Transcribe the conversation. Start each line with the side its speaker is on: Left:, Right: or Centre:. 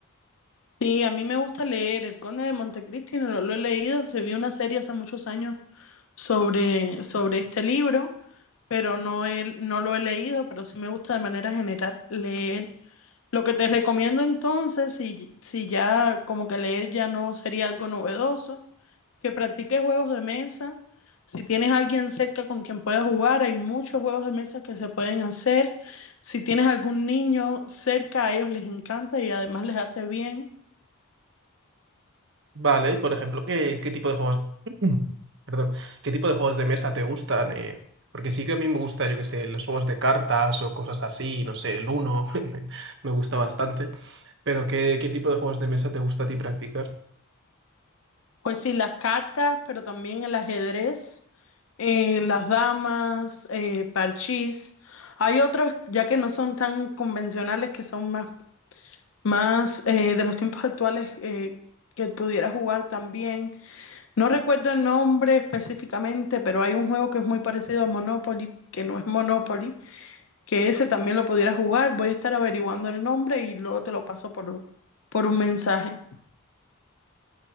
Left: Sí, a mí me gusta leer El Conde de Montecristi, no lo he leído, se vio una serie hace muchos años sobre, sobre este libro, pero no, he- no lo he leído, pero sí me gusta de manera general leer. Lo que te recomiendo entonces, si, si ya como que leer ya no sería algo novedoso, que practique juegos de mesa. Si tienes alguien cerca con quien puedas jugar, hay muchos juegos de mesa que se pueden hacer. Si tienes algún niño cerca, a ellos les encanta y además les hace bien.
Right: Vale, y por ejemplo, ¿qué, qué tipo de juegos, <clears throat> perdón, qué tipo de juegos de mesa te gustan? eh? Porque sí que a mí me gusta, yo qué sé, los juegos de cartas o cosas así, no sé, el Uno, <laughs> me gusta bastante. Pero ¿qué, qué tipo de juegos de mesa te gusta a ti practicar?
Left: Pues sí, las cartas, pero también el ajedrez, eh, las damas, eh, parchís. Hay otros ya que no son tan convencionales, que son más, más eh, de los tiempos actuales eh, que pudieras jugar también. No recuerdo el nombre específicamente, pero hay un juego que es muy parecido a Monopoly, que no es Monopoly, que ese también lo pudiera jugar. Voy a estar averiguando el nombre y luego te lo paso por, por un mensaje.